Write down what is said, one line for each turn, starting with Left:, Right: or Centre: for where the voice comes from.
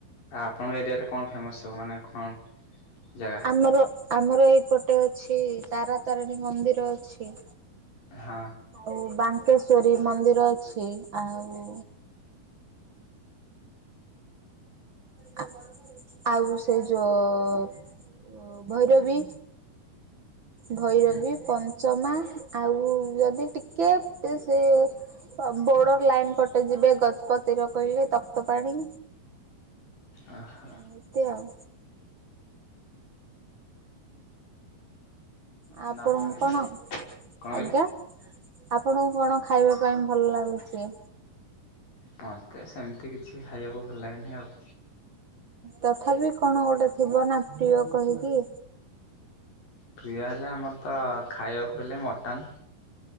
Left: ଆ ଆପଣ ଏରିଆରେ କଣ ଫେମସ୍ ସବୁ ମାନେ କଁ ଜାଗା?
Right: ମର ଆମର ଏଇପଟେ ଅଛି ତାରା ତାରିଣୀ ମନ୍ଦିର ଅଛି।
Left: ହଁ।
Right: ଆଉ ବାଙ୍କେଶ୍ଵରୀ ମନ୍ଦିର ଅଛି ଆଉ ହଁ। ଆ ଆଉ ସେ ଯୋ ଓ ଭୈରବୀ? ଭୈରବୀ
Left: ହୁଁ
Right: ପଞ୍ଚମା ଆଉ ଯଦି ଟିକେ ତେ ସେ ଅ ବୋର୍ଡର୍ ଲାଇନ୍ ପଟେ ଯିବେ ଗଜପତିର କହିବେ ତପ୍ତପାଣି।
Left: ଓହୋ
Right: ଏମିତି ଆଉ। ଆ ଆପଣୁଁ
Left: ନା ଆପଣ ଏବେ
Right: କଣ
Left: କଣ କହିଲେ?
Right: ଆଜ୍ଞା? ଆପଣଉ କଣ ଖାଇବା ପାଇଁ ଭଲ ଲାଗୁଚି?
Left: ମତେ ସେମତି କିଛି ଖାଇବାକୁ ଭଲ ଲାଗେନେହିଁ ଆଉ।
Right: ତଥାପି କଣ ଗୋଟେ ଥିବ ନାଁ ପ୍ରିୟ କହିକି।
Left: ପ୍ରିୟ ହେଲେ ଆମର ତ ଖାଇବାକୁ ବେଲେ ମଟନ୍।